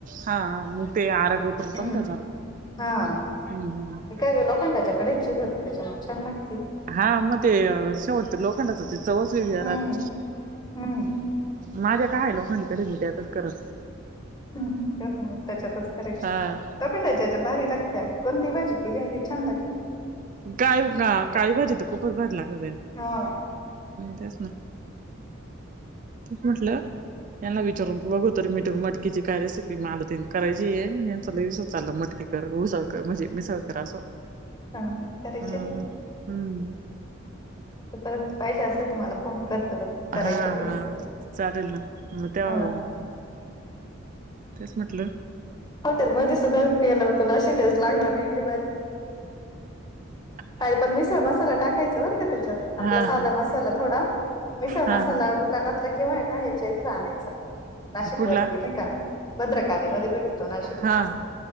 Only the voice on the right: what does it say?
हा मग ते आरगं उतरतं
ना त्याच्यात
हम्म. हम्म.
हा म ते शेवटचं लोखंडाची चवच वेगळी
राहती.
माझ्या काय आहे लोखंडकडे मी त्यातच करत
हा.
काय का काळी भाजी, तर खूपच भारी लागते
तेच ना.
तेच म्हटलं यांना विचारून तू बघू. तर मी मटकीची काय रेसिपी मला तेन करायची आहे. यांचा लय दिवसाच चाललं मटकी कर उसळ. म्हणजे मीसळ करा असं.
हम्म
हम्म.
हा
हा चालेल ना, मग तेव्हा
बघू. तेच म्हंटल
<unintelligible>
हा
हा
हा हा.
कुठला
हा.